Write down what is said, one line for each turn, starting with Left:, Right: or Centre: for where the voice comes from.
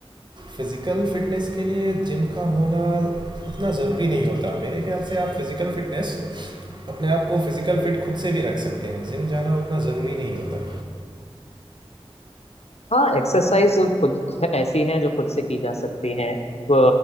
Right: फिजिकल फिटनेस के लिए जिम का होना उतना ज़रूरी नहीं होता मेरे ख्याल से आप फिजिकल फिटनेस अपने आप को फिजिकल फिट खुद से भी रख सकते हैं जिम जाना उतना ज़रूरी नहीं होता
Left: हाँ एक्सरसाइज खुद ऐसी हैं जो खुद से की जा सकती हैं वो